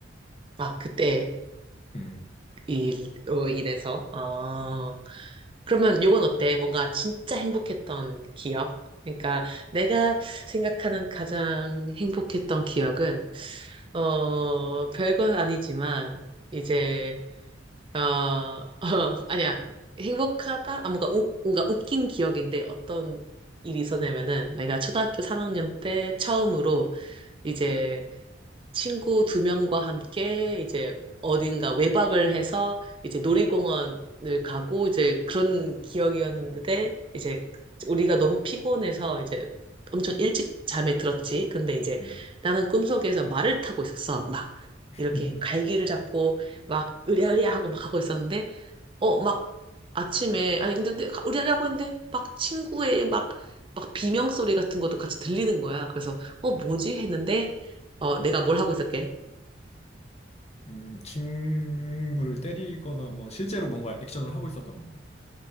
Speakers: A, on the right; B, on the left.
A: 아, 그때
B: 음.
A: 일, 로 인해서, 아, 그러면 요건 어때? 뭔가 진짜 행복했던 기억? 그러니까 내가 생각하는 가장 행복했던 기억은, 어, 별건 아니지만, 이제, 어, <laughs> 아니야. 행복하다? 아, 뭔가, 우, 뭔가 웃긴 기억인데 어떤 일이 있었냐면은 내가 초등학교 3학년 때 처음으로 이제 친구 두 명과 함께 이제 어딘가 외박을 해서 이제 놀이공원을 가고 이제 그런 기억이었는데 이제 우리가 너무 피곤해서 이제 엄청 일찍 잠에 들었지. 근데 이제
B: 음.
A: 나는 꿈속에서 말을 타고 있었어. 막
B: <laughs>
A: 이렇게 갈기를 잡고 막 으랴으랴 하고 막 하고 있었는데 어, 막 아침에, 아니, 근데, 근데 의리하고 있는데, 막 친구의 막, 막 비명 소리 같은 것도 같이 들리는 거야. 그래서, 어, 뭐지?
B: 음.
A: 했는데, 어, 내가 뭘 하고 있었게?
B: 음, 친구를 때리거나 뭐 실제로 뭔가 액션을 하고 있었던 건가?